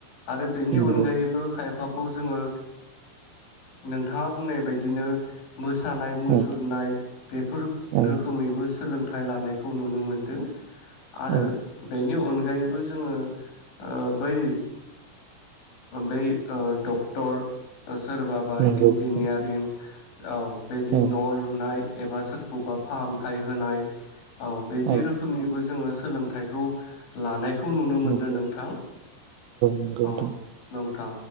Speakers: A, on the left (about 70°); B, on the right (about 80°).
A: आरो बेनि
B: नंगौ
A: अनगायैबो खाय फाखौ जोङो नोंथाङा बुंनाय बायदिनो मोसानाय मुसुरनाय
B: औ
A: बेफोर
B: औ
A: रोखोमैबो सोलों थाय लानायखौ नुनो मोनदों आरो
B: औ
A: बेनि अनगायैबो जोङो बै बै ओ <unintelligible> सोरबाबा
B: नंगौ
A: इन्जिनियारिं
B: नोंथां
A: औ बेदि
B: औ
A: न' लुनाय एबा सोरखौबा फाहामथाय होनाय औ बेदि
B: औ
A: रोखोमनिबो जोङो सोलों थाइखौ लानाय खौ नुनो मोनदों
B: नंगौ
A: नोंथां
B: नंगौ
A: औ
B: नोंथां
A: नोंथां